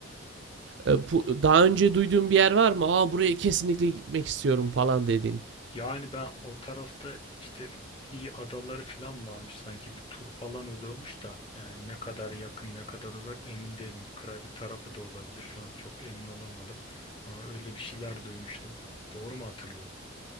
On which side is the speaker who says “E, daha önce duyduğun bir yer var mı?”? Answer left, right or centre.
Right